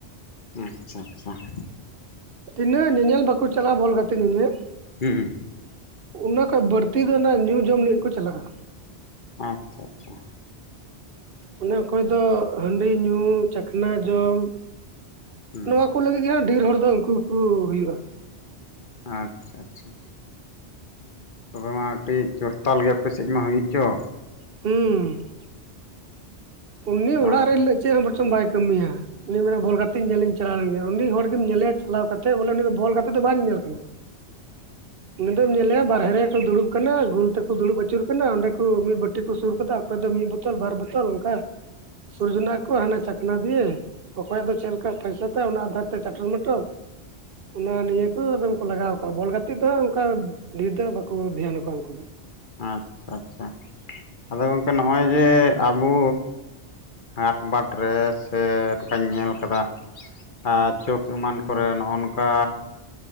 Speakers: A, on the left (about 50°); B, on the right (about 60°).
A: ᱟᱪᱪᱷᱟ ᱟᱪᱪᱷᱟ ᱾
B: ᱛᱤᱱᱟᱹᱜ ᱧᱮ-ᱧᱮᱞ ᱵᱟᱠᱚ ᱪᱟᱞᱟᱜᱼᱟ ᱵᱚᱞ ᱜᱟᱛᱮᱜ ᱧᱮ-ᱧᱮᱞ
A: ᱦᱩᱸ ᱾
B: ᱚᱱᱟ ᱠᱷᱚᱱᱚᱡ ᱵᱟᱹᱲᱛᱤ ᱫᱚ ᱚᱱᱟ ᱧᱩ ᱡᱚᱢ ᱞᱟᱹᱜᱤᱫ ᱠᱚ ᱪᱟᱞᱟᱜᱼᱟ ᱾
A: ᱟᱪᱪᱷᱟ ᱟᱪᱪᱷᱟ ᱾
B: ᱚᱱᱮ ᱚᱠᱚᱭ ᱫᱚ ᱦᱟᱺᱰᱤ ᱧᱩ ᱪᱟᱠᱷᱱᱟ ᱡᱚᱢ
A: ᱦᱩᱸ
B: ᱱᱚᱣᱟ ᱠᱩ ᱞᱟᱹᱜᱤᱫ ᱜᱮ ᱦᱟᱸᱜ ᱰᱷᱮᱨ ᱦᱚᱲ ᱫᱚ ᱩᱱᱠᱩ ᱠᱚ ᱦᱩᱭᱩᱜᱼᱟ ᱾
A: ᱟᱪᱪᱷᱟ ᱟᱪᱪᱷᱟ ᱾ ᱛᱚᱵᱮ ᱢᱟ ᱟᱹᱰᱤ ᱪᱚᱨᱛᱟᱞ ᱜᱮ ᱟᱯᱮᱥᱮᱫ ᱢᱟ ᱦᱩᱭᱩᱜ ᱪᱚ ᱾
B: ᱦᱩᱸ ᱾ ᱩᱱᱤ ᱚᱲᱟᱜ
A: ᱟᱪᱪᱷᱟ
B: ᱨᱮ ᱦᱤᱞᱳᱜ ᱪᱮᱫ ᱦᱚᱸ ᱵᱚᱨᱪᱷᱚᱢ ᱵᱟᱭ ᱠᱟᱹᱢᱤᱭᱟ ᱾ ᱩᱱᱤ ᱢᱟᱱᱮ ᱵᱚᱞ ᱜᱟᱛᱮᱜ ᱧᱮᱞᱤᱧ ᱪᱟᱞᱟᱣ ᱞᱮᱱ ᱜᱮ ᱩᱱᱤ ᱦᱚᱲ ᱜᱮᱢ ᱧᱮᱞᱮᱭᱟ ᱪᱟᱞᱟᱣ ᱠᱟᱛᱮᱫ ᱵᱚᱞᱮ ᱩᱱᱤ ᱫᱚ ᱵᱚᱞ ᱜᱟᱛᱮᱜ ᱫᱚ ᱵᱟᱹᱭ ᱧᱮ-ᱧᱮᱞ ᱠᱟᱱᱟ ᱾ <inaudible> ᱩᱱᱤ ᱫᱚᱢ ᱧᱮᱞᱮᱭᱟ ᱵᱟᱨᱦᱮ ᱨᱮ ᱠᱚ ᱫᱩᱲᱩᱵ ᱠᱟᱱᱟ ᱜᱳᱞ ᱛᱮᱠᱚ ᱫᱩᱲᱩᱵ ᱟᱹᱪᱩᱨ ᱠᱟᱱᱟ ᱚᱸᱰᱮ ᱠᱚ ᱢᱤᱫ ᱵᱟᱹᱴᱤ ᱠᱚ ᱥᱩᱨ ᱠᱟᱫᱟ ᱚᱠᱚᱭ ᱫᱚ ᱢᱤᱫ ᱵᱳᱛᱚᱞ ᱵᱟᱨ ᱵᱳᱛᱚᱞ ᱚᱱᱠᱟ ᱾ ᱥᱩᱨ ᱡᱚᱱᱟ ᱟᱠᱚ ᱦᱟᱱᱟ ᱪᱟᱠᱷᱱᱟ ᱫᱤᱭᱮ ᱾ ᱚᱠᱚᱭᱟᱜ ᱫᱚ ᱪᱮᱫ ᱞᱮᱠᱟ ᱯᱚᱭᱥᱟ ᱛᱟᱭ ᱚᱱᱟ ᱟᱫᱷᱟᱨ ᱛᱮ ᱪᱟᱴᱚᱨ ᱢᱟᱴᱚᱨ ᱚᱱᱟ ᱱᱤᱭᱟᱹ ᱠᱚ ᱟᱫᱚᱢ ᱠᱚ ᱞᱟᱜᱟᱣ ᱠᱟᱜᱼᱟ ᱵᱚᱞ ᱜᱟᱛᱮᱜ ᱫᱚ ᱚᱱᱠᱟ ᱰᱷᱤᱨ ᱫᱚ ᱵᱟᱠᱚ ᱫᱷᱮᱭᱟᱱ ᱠᱚᱣᱟ ᱩᱱᱠᱩ ᱫᱚ ᱾
A: ᱟᱪᱪᱷᱟ ᱟᱪᱪᱷᱟ ᱟᱫᱚ ᱜᱚᱝᱠᱮ ᱱᱚᱜᱼᱚᱭ ᱡᱮ ᱟᱵᱚ ᱦᱟᱴ-ᱵᱟᱴ ᱨᱮ ᱥᱮ ᱱᱚᱝᱠᱟᱧ ᱧᱮᱞ ᱠᱟᱫᱟ ᱟᱸ ᱪᱚᱠ ᱮᱢᱟᱱ ᱠᱚᱨᱮ ᱱᱚᱜᱼᱚᱱᱠᱟᱻ